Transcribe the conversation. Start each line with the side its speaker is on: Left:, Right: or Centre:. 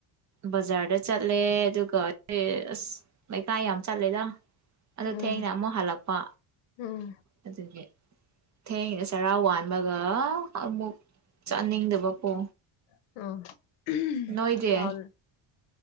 Right: ꯕꯖꯥꯔꯗ ꯆꯠꯂꯦ ꯑꯗꯨꯒ ꯑꯁ ꯂꯩꯀꯥꯏ ꯌꯥꯝ ꯆꯠꯂꯦꯗ ꯑꯗꯨ
Left: ꯎꯝ
Right: ꯊꯦꯡꯅ ꯑꯃꯨꯛ ꯍꯜꯂꯛꯄ
Left: ꯎꯝ
Right: ꯑꯗꯨꯒꯤ ꯊꯦꯡꯅ ꯆꯔꯥ ꯋꯥꯟꯕꯒ ꯑꯃꯨꯛ ꯆꯥꯅꯤꯡꯗꯕꯀꯣ
Left: ꯑꯣ <unintelligible>
Right: ꯅꯣꯏꯗꯤ